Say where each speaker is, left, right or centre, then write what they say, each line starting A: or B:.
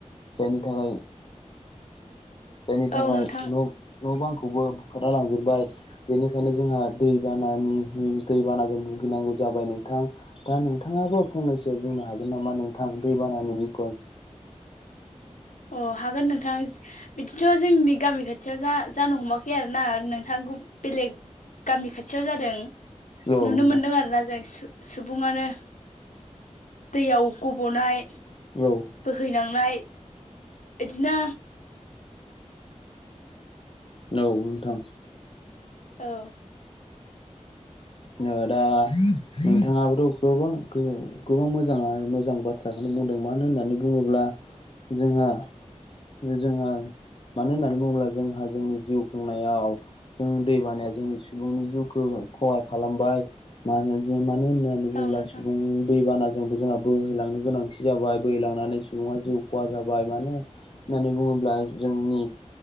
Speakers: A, on the left; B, on the left.
A: जायनि थाखाय जायनि थाखाय
B: औ नोंथां
A: न' न' बां खौबो बुखारना लांजोबबाय बेनिखायनो जोंहा दैबानानि दैबानाजों भुगिनांगौ जा बाय नोंथां दा नोंथाङाबो फंनैसो बुंनो हागोन नामा नोंथां दैबानानि बिख'य?
B: अ हागोन नोंथां बिदिथ' जोंनि गामि खाथियाव जा जानो हमाखै आरोना नोंथां बेलेग गामि खाथियाव जादों
A: नोंथां
B: नुनो मोनदों आरोना जों‌ सुबुङानो दैयाव गब'नाय
A: औ औ
B: बोहैलांनाय इदिनो
A: औ नोंथां।
B: औ
A: ओ दा नोंथाङाबोथ' गोबां गोबां मोजां मोजां बाथ्राखौनो बुंदों मानो होननानै बुङोब्ला जोंहा जोंहा मानो होननानै बुङोब्ला जोंहा जोंनि जिउ खुंनायाव जों दै बानाया जोंनि सुबुंनि जिउखौ खहा खालामबाय मा मानो होन होननानै बुङोब्ला
B: औ नोंथां
A: सुबुं दै बाना जोंबो जोंहा बोहैलांनो गोनांथि जाबाय बोहैलांनानै सुबुंङा जिउ खहा जाबाय मानो होननानै बुङोब्ला जोंनि